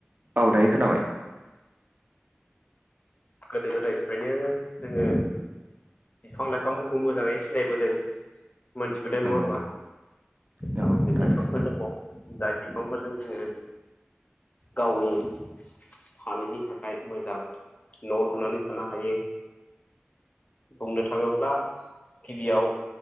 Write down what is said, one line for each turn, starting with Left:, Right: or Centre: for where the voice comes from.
Right: औ दायो खोनाबाय
Left: गोदो गोदायनिफ्रायनो जोंङो बिफां लाइफांफोरखौ मोजांङै सिनायबोदों। मोनथिबोदों
Right: नंगौ
Left: नङा होमबा
Right: नंगौ
Left: माखासे
Right: थारैनो
Left: बिफांफोर दङ। जाय बिफांफोरजों जोङो गावनि थानायनि थाखाय मोजां न लुनानै थानो हायो। बुंनो थाङोब्ला गिबियाव